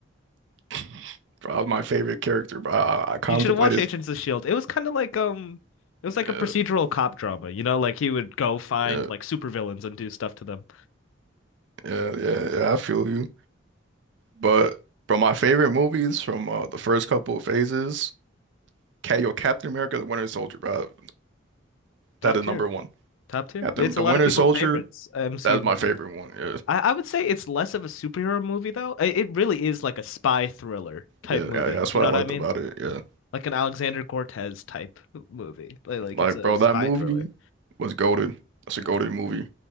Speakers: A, on the right (about 60°); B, on the left (about 75°).
A: <laughs> Bro, that was my favorite character, bro. I, I contemplated.
B: You should have watched Agents of Shield. It was kind of like um, it was like
A: Uh,
B: a procedural cop drama. You know, like he would go find
A: yeah,
B: like supervillains and do stuff to them.
A: yeah, yeah, yeah, I feel you. But bro, my favorite movies from uh, the first couple of phases, Ca- yo, Captain America, the Winter Soldier, bro.
B: Top
A: That is
B: tier,
A: number one.
B: top tier.
A: Captain,
B: It's
A: the
B: a lot
A: Winter
B: of people's
A: Soldier,
B: favorites MCU
A: that's
B: movie.
A: my favorite one. Yeah,
B: I, I would say it's less of a superhero movie though. It, it really is like a spy thriller type
A: yeah, yeah,
B: movie.
A: yeah, that's
B: You
A: what
B: know
A: I
B: what
A: liked
B: I mean?
A: about it. Yeah,
B: like an Alexander Cortez type movie. Like, like
A: like
B: it's a
A: bro,
B: spy
A: that movie
B: thriller.
A: was goated. That's
B: Yeah.
A: a goated movie.